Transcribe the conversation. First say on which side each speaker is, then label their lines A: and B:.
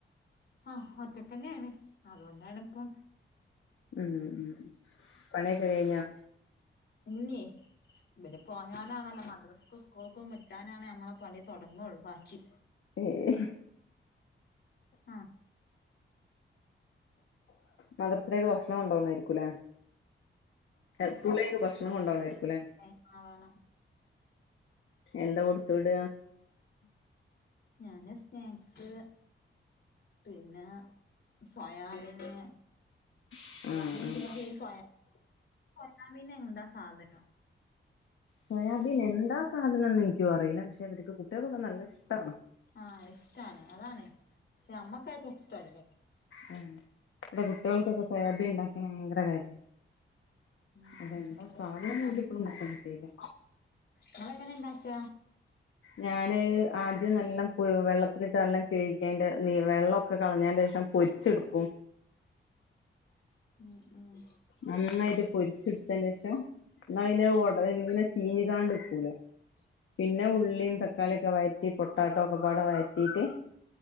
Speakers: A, on the left (about 60°); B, on the left (about 75°).
A: ആഹ് ഒറ്റൊക്കന്നേണ് അതോണ്ടാണിപ്പൊ
B: ഉം ഉം പണിയൊകെ കഴിഞ്ഞോ
A: ഇല്ല്യെ ഇബല് പോയാലാണലൊ മദ്രസ്ക്കും സ്കൂൾക്കും വിട്ടാലാണ് ഞമ്മളെ പണി തൊടങ്ങൊള്ളു ബാക്കി
B: ഏഹ്
A: ആഹ്
B: മദ്രർസ് ലേക്ക് ഭക്ഷ്ണം കൊണ്ടോണയ്ക്കുലേ സ്കൂൾലേക്ക് ഭക്ഷ്ണം കൊണ്ടോണർക്കുലെ
A: എ വേണം
B: എന്ത കൊട്ത്ത് വിട
A: ഞാന് സ്നാക്സ്, പിന്നാ സൊയാബീന്
B: ആഹ്
A: <unintelligible>
B: ആഹ്
A: സൊയ സൊയാബീന് എന്ത സാധനം
B: സൊയാബീൻ എന്താ സാധനംന്ന് ഇൻക്കും അറീല്ല പക്ഷെ ഇവർക്ക് കുട്ടികൾക്കൊക്കെ നല്ല ഇഷ്ടാണ്
A: ആഹ് ഇഷ്ടാണ് അതാണ് പക്ഷെ ഞമ്മക്കാർകും ഇഷ്ടല്ല
B: ആ ഇവിടെ കുട്ടികൾക്കൊക്കെ സൊയാബീൻ ഉണ്ടാക്കണ ഭയങ്കര കാര്യാ
A: ഉം
B: അതെന്താ സാധനം ഇൻക്ക് ഇപ്പോഴും പുട്ത്തം കിട്ടീയില്ല
A: ഇങ്ങളെങ്ങനെ ഇണ്ടാക്ക
B: ഞാന് അഹ് ആദ്യം നല്ല പുഴു വെള്ളത്തിലിട്ട് നല്ല കഴുകതിന്റെ നീ വെള്ളമൊക്കെ കളഞ്ഞതിന്റെ ശേഷം പൊരിച്ചെടുക്കും
A: ഉം ഉം
B: നന്നായിട്ട് പൊരിച്ചെടുത്തന് ശേഷം എന്നാ പിന്നെ ഓട ചീഞ്ഞ് കാണ്ട് നിക്കൂലാ പിന്നെ ഉള്ളിയും തക്കാളിയൊക്കെ വയറ്റി പൊട്ടറ്റോ ഒക്കെപാടെ വയറ്റിയിട്ട്